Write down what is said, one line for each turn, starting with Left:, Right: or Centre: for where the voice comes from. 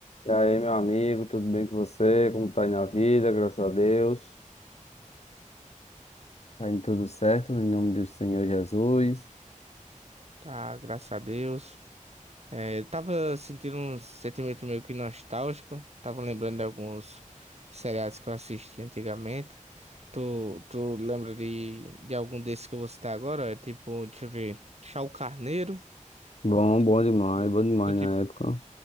Left: E aí, meu amigo, tudo bem com você? Como tá aí na vida? Graças a Deus. Tá indo tudo certo, em nome do Senhor Jesus.
Right: Tá, graças a Deus. É, eu tava sentindo um sentimento meio que nostálgico. Tava lembrando de alguns seriados que eu assisti antigamente. Tu, tu lembra de, de algum desses que eu vou citar agora? É tipo, deixa eu ver. Chau Carneiro,
Left: Bom,
Right: Tutti,
Left: bom demais, bom demais
Right: Tutti,
Left: na época.